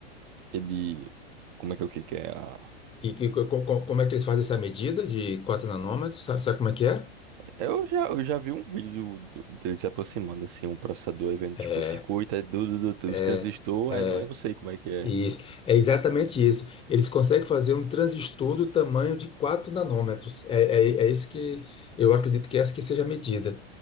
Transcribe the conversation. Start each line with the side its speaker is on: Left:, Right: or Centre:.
Right: Ele, como é que é o que que é a...
Left: E que, co- co- como é que eles fazem essa medida de 4 nanômetros? Sabe, sabe como é que é?
Right: Eu já, eu já vi um vídeo do, do- dele se aproximando, assim, um processador, aí vendo, tipo,
Left: É,
Right: o circuito, aí, du, du, du, du,
Left: é,
Right: os transistores,
Left: é,
Right: aí, não- eu não sei como é que é.
Left: isso. É exatamente isso. Eles conseguem fazer um transistor do tamanho de 4 nanômetros. É, é, é isso que eu acredito que é essa que seja a medida.